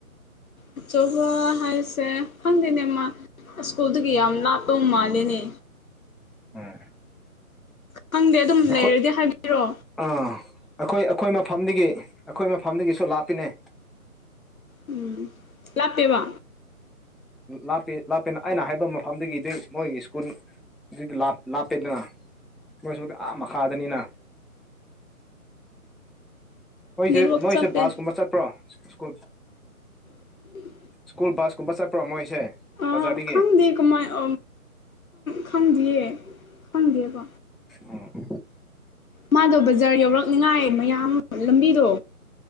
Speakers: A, on the left; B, in the centre.
A: ꯑꯆꯧꯕ ꯍꯥꯏꯁꯦ ꯐꯪꯗꯦꯅꯦ ꯃꯥ ꯁꯀꯨꯜꯗꯨ ꯀꯌꯥꯅ ꯇꯣ ꯃꯥꯂꯦꯅꯦ
B: ꯍꯣꯏ
A: ꯈꯪꯗꯦ ꯑꯗꯨꯝ ꯂꯩꯔꯗꯤ
B: ꯣꯏ
A: ꯍꯥꯏꯕꯤꯔꯣ
B: ꯑꯥ ꯑꯩꯈꯣꯏ ꯑꯩꯈꯣꯏ ꯃꯐꯝꯗꯒꯤ ꯑꯩꯈꯣꯏ ꯃꯐꯝꯗꯒꯤꯁꯨ ꯂꯥꯞꯄꯤꯅꯦ
A: ꯎꯝ ꯂꯥꯞꯄꯦꯕ
B: ꯂꯥꯞꯄꯦ ꯂꯥꯞꯄꯦꯅ ꯑꯩꯅ ꯍꯥꯏꯕ ꯃꯐꯝꯗꯒꯤꯗꯩ ꯃꯣꯏꯒꯤ ꯁ꯭ꯀꯨꯜ ꯑꯗꯨꯗꯤ ꯂꯥꯞꯄꯦꯗꯅ ꯅꯣꯏꯁꯨ ꯑꯥ ꯃꯈꯥꯗꯅꯤꯅ ꯃꯣꯏꯁꯦ
A: ꯅꯦꯠꯋꯥꯛ
B: ꯅꯣꯏꯁꯦ
A: ꯆꯞꯄꯦ
B: ꯕꯥꯁ ꯀꯨꯝꯕ ꯆꯠꯄ꯭ꯔꯣ ꯁ꯭ꯀꯨꯜ
A: ꯎꯝ
B: ꯁ꯭ꯀꯨꯜ ꯕꯁ ꯀꯨꯝꯕ ꯆꯠꯄ꯭ꯔꯣ ꯃꯣꯏꯁꯦ
A: ꯑ
B: ꯕꯖꯥꯔꯗꯒꯤ
A: ꯈꯪꯗꯦ ꯀꯃꯥꯏꯅ ꯈꯪꯗꯦꯌꯦ ꯈꯪꯗꯦꯀꯣ
B: ꯎ
A: ꯃꯥꯗꯣ ꯕꯖꯥꯔ ꯌꯧꯔꯛꯅꯤꯉꯥꯏ ꯃꯌꯥꯝ ꯂꯝꯕꯤꯗꯣ